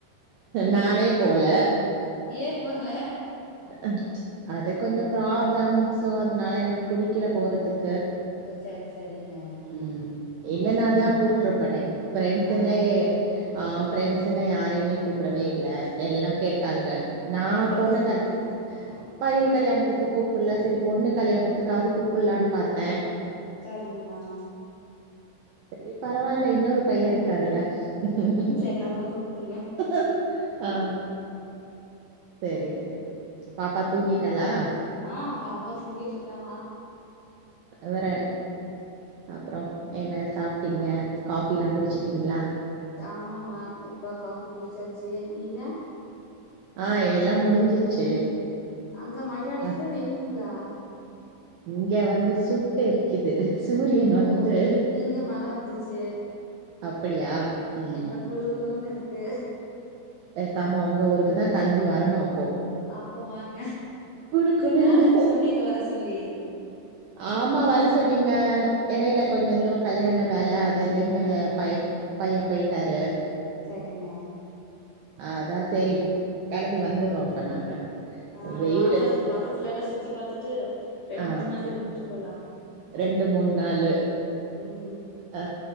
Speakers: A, on the right; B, on the left.
A: நானே போல
B: ஏன் போகல
A: அ அது கொஞ்சம் ப்ராப்ளம் சோ அதனால எனக்கு பிடிக்கல போறதுக்கு
B: ஓ சரி சரிங்க
A: உம் இல்லனாதா
B: ம்
A: கூப்ட்டுருப்பனே ஃபிரண்ட்ஸ்ங்களே
B: அது
A: ஆ ஃப்ரெண்ட்ஸுங்க யாரையுமே கூப்படவே இல்ல எல்லா கேட்டாள்க நா
B: செரி
A: பொண்ணு
B: செரிங்க
A: கல் பைய கல்யாணத்துக்கு கூப்டல சரி பொண்ணு கல்யாணத்துக்காவது கூப்புடலான்னு பாத்தே
B: சரிங்கமா
A: செரி பரவாயில்ல இன்னொரு பையன் இருக்காருல்ல உ ம் ம்
B: சரி அப்ப கூப்டுங்க
A: ம் ஆஹ் சரி சரி பாப்பா தூங்கிட்டாலா
B: ஆ <inaudible> இருக்காமா
A: அவர அப்புறம் என்ன சாப்பிட்டீங்க காபி எல்லாம் குடிச்சுட்டீங்களா
B: ஆமாமமா இப்ப காபி குடிச்சாச்சு நீங்க
A: ஆ எல்லாம் முடிஞ்சிச்சு
B: அங்க மழை அடிக்குத
A: அ
B: வெயிலுங்களா
A: இங்க வந்து சுட்டு எரிக்குது சூரியன்
B: ஓ
A: வந்து
B: இங்க மழ வந்துச்சு
A: அப்படியா ம்
B: இப்ப குளு குளுன்னு இருக்கு ஹீ
A: பேசாம உங்க ஊருக்கு தான் கிளம்பி வரணும்
B: அப்போ வாங்க
A: குளு குளுன்னு
B: நான் தானே சொன்னேன் இங்க வர சொல்லி
A: ஆமா வர சொன்னீங்க இடையில கொஞ்ஏதோ கல்யாண வேலை அது இதுன்னு பய பையன் போயிட்டாரு
B: செரிங்க
A: அதான் செரி கிளம்பி வந்துடுறோம் அப்ப நாங்க
B: ஆ
A: வெயிலு
B: வாங்க பக்கத்துல எல்லாம் சுத்தி பாத்துட்டு ரெண்டு
A: ஆ
B: மூணு நாள் இருந்துட்டு போலா
A: ரெண்டு மூணு நாள்
B: ம்
A: அ